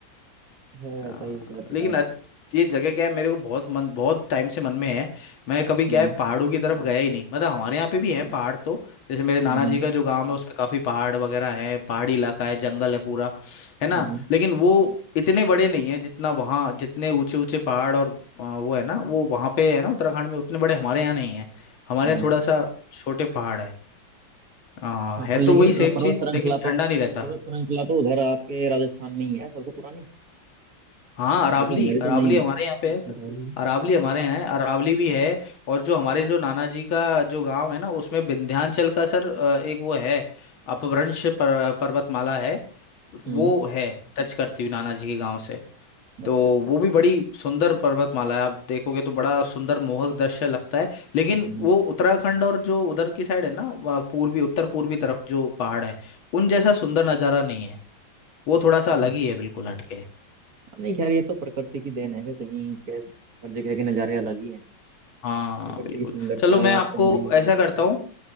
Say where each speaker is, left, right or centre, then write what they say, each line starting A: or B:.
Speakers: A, on the right; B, on the left.
A: है
B: हाँ,
A: ऐसा ही हिसाब किताब
B: लेकिन अच- ये जगह क्या है मेरे को बहुत मन बहुत टाइम से मन में है मैं कभी क्या
A: हम्म
B: है पहाड़ों की तरफ गया ही नहीं मतलब हमारे यहाँ पे भी
A: अच्छा
B: है पहाड़ तो जैसे मेरे नाना
A: हम्म
B: जी
A: हम्म
B: का जो गांव है उसमें काफी पहाड़ वगैरह है पहाड़ी इलाका
A: अच्छा
B: है जंगल है पूरा है ना
A: हम्म
B: लेकिन वो इतने बड़े नहीं है जितना वहाँ जितने ऊंचे ऊंचे पहाड़ और आ, वो है ना वो वहाँ पे है ना उत्तराखंड में उतने बड़े हमारे यहाँ नहीं है हमारे
A: हम्म।
B: यहाँ थोड़ा सा छोटे पहाड़ है आ,
A: हाँ
B: है
A: पर
B: तो
A: लेकिन
B: वही सेम
A: अ, पर्वत
B: चीज
A: श्रृंखला
B: लेकिन ठंडा
A: तो
B: नहीं रहता
A: पर्वत श्रृंखला तो उधर आपके राजस्थान में ही है सबसे पुरानी
B: हाँ अरावली
A: ये तो हमारी तो
B: अरावली
A: नहीं
B: हमारे
A: है
B: यहाँ पे है सर
A: हम्म
B: अरावली हमारे यहाँ है अरावली भी है और जो हमारे जो नाना जी का जो गांव है ना उसमें विंध्याचल का सर अ, एक वो है अपभ्रंश पर, पर्वतमाला है वो
A: हम्म,
B: है टच करती हुई नाना जी के गांव से
A: अच्छा
B: तो
A: अच्छा
B: वो भी बड़ी सुंदर पर्वतमाला है आप देखोगे तो बड़ा सुंदर मोहक दृश्य लगता है लेकिन
A: हम्म
B: वो उत्तराखंड और जो उधर की साइड है ना वहाँ पूर्वी उत्तर पूर्वी तरफ जो पहाड़ है उन जैसा सुंदर नज़ारा नहीं है वो थोड़ा सा
A: हम्म।
B: अलग ही है बिल्कुल हटके है।
A: नहीं खैर ये तो प्रकृति की देन है कि कहीं के हर जगह के नज़ारे अलग ही हैं
B: हाँ
A: प्रकृति
B: बिल्कुल
A: की सुंदरता
B: चलो मैं आपको
A: आप कहीं भी नहीं
B: ऐसा
A: कह
B: करता
A: सकते
B: हूँ